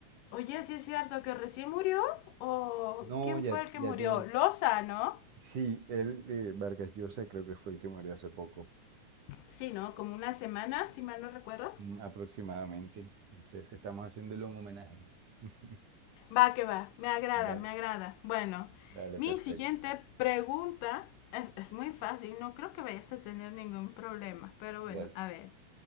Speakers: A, on the left; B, on the right.
A: Oye, sí es cierto que recién murió. ¿O
B: No,
A: quién
B: ya,
A: fue el que
B: ya
A: murió?
B: tiene
A: Loza, ¿no?
B: Sí, él, eh, Vargas Llosa, creo que fue el que murió hace poco.
A: Sí, ¿no?
B: Sí.
A: Como una semana, si mal no recuerdo.
B: Mm, Aproximadamente. Entonces estamos haciéndole un homenaje. <laughs>
A: Va, que va. Me agrada,
B: Dale,
A: me agrada. Bueno,
B: dale,
A: mi
B: perfecto.
A: siguiente pregunta es, es muy fácil. No creo que vayas a tener ningún problema. Pero
B: Dale.
A: bueno, a ver.